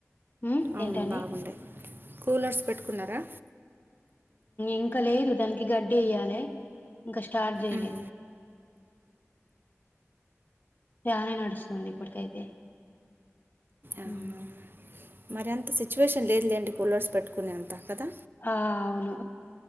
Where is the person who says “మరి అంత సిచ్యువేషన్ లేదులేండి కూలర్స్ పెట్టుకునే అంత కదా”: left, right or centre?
Right